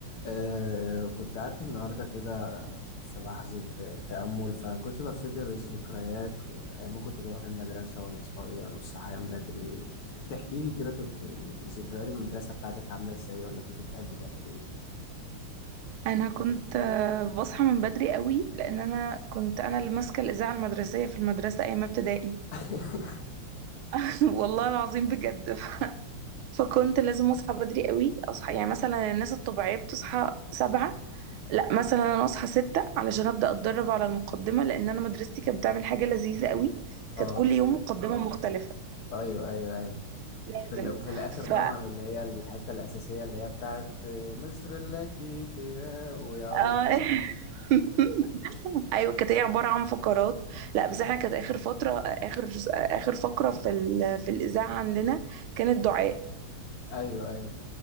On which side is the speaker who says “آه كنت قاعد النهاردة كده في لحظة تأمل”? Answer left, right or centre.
Left